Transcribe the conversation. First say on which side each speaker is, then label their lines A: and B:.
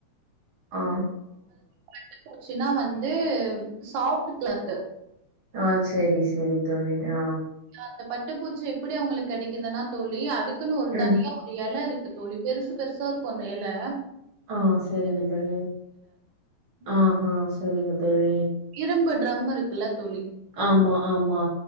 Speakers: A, on the right; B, on the right.
A: ஆ
B: ப போச்சுன்னா வந்து சாஃப்ட் கிளாத்
A: ஆ சரி சரி தோழி ஆ
B: அந்த பட்டுப்பூச்சி எப்படி அவங்களுக்கு கிடைக்குதுன்னா தோல்லி அதுக்குன்னு ஒரு
A: ம்
B: தனியா இலை இருக்கு தோழி பெருசு பெருசா இருக்கும் அந்த இலை
A: ஆ சரிங்க தோழி ஆ சரசரிங்க தோழி
B: இரும்பு டிரம் இருக்குல்ல தோழி
A: ஆமா ஆமா